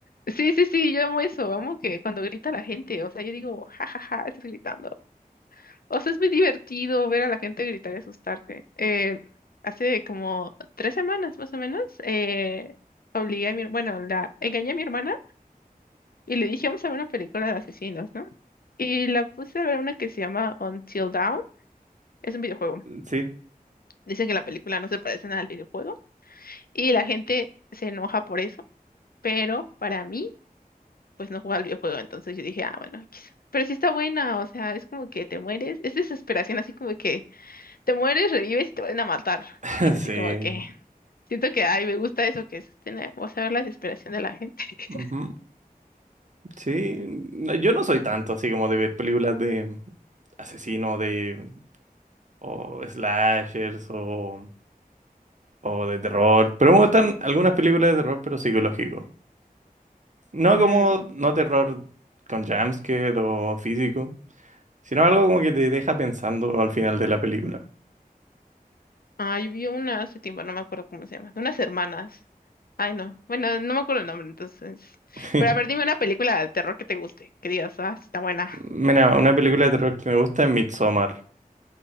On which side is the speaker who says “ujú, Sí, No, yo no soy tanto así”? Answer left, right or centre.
Right